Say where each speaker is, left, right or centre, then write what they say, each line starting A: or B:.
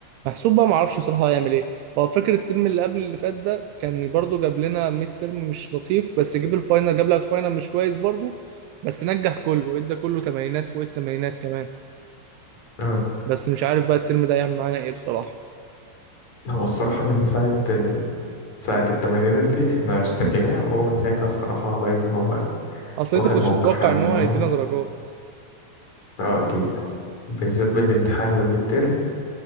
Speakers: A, on the right; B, on the left.
A: محسوب بقى معرفش بصراحة هو هيعمل إيه هو فاكر الترم اللي قبل اللي فات ده كان برضه جاب لنا ميد ترم مش لطيف بس جيب الفاينل جاب لك فاينل مش كويس برضه بس نجح كله ادى كله تمانينات فوق التمانينات كمان
B: آه،
A: بس مش عارف بقى الترم ده هيعمل معانا إيه بصراحة
B: هو الصراحة من ساعة ال... ساعة التمرينات دي احنا اشتكيناه وهو من ساعتها الصراحة باين إن هو
A: أصل
B: واخد
A: أنت كنتش
B: موقف
A: تتوقع
B: يعني
A: إن
B: الموضوع
A: هو هيدينا درجات
B: اه أكيد بالذات بالامتحان والميد تيرم